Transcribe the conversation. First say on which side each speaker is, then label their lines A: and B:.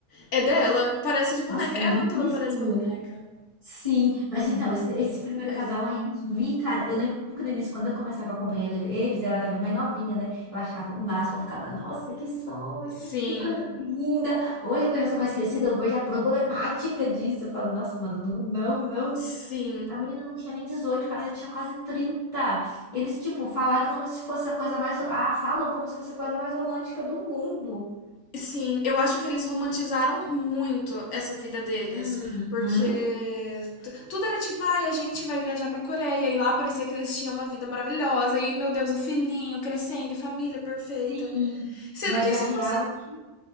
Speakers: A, on the left; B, on the left.
A: É dela, parece de boneca.
B: Nossa, lindíssimo.
A: Ela toda parece uma boneca.
B: Sim, mas então, esse, esse primeiro
A: É.
B: casal aí eu vi, cara. Eu lembro que no início, quando eu começava a acompanhar ele- eles, eu era bem mais novinha, né? Eu achava o máximo, eu ficava, nossa, que sonho,
A: Sim,
B: que coisa linda. Hoje, quando eu sou mais crescida, eu vejo a problemática disso. Eu falo, nossa, mano, não, não, não.
A: sim,
B: A menina não tinha nem dezoito o cara já tinha quase trinta Eles, tipo, falaram como se fosse a coisa mais. Ah, falam como se fosse a coisa mais romântica do mundo.
A: sim. Eu acho que eles romantizaram muito essa vida deles.
B: Uhum.
A: Porque t- tudo era tipo, ai, a gente vai viajar pra Coreia. E lá parecia que eles tinham uma vida maravilhosa. E, meu Deus, o filhinho crescendo e família perfeita.
B: Sim,
A: Sendo
B: mas
A: que
B: a
A: se
B: real
A: você
B: é que.